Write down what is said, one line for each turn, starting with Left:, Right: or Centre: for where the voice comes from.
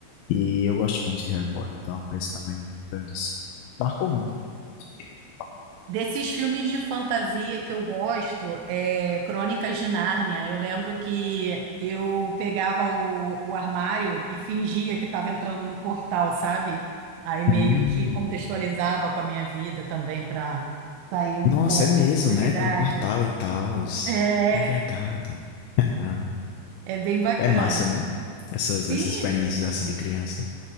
Left: E eu gosto muito de Harry Potter, eu tenho um apreço também muito grande, assim. Marcou muito minha vida, eu diria Harry Potter.
Right: Desses filmes de fantasia que eu gosto, é Crônicas de Nárnia. Eu lembro que eu pegava o, o armário e fingia que estava entrando no portal, sabe? Aí
Left: Hum.
Right: meio que contextualizava com a minha vida também para sair um
Left: Nossa,
Right: pouco
Left: é mesmo,
Right: da realidade.
Left: né? Tem um portal e tal.
Right: É,
Left: É verdade. <laughs> Ah,
Right: é bem bacana.
Left: É massa, né? Essas,
Right: Sim,
Left: essas experiências assim de criança.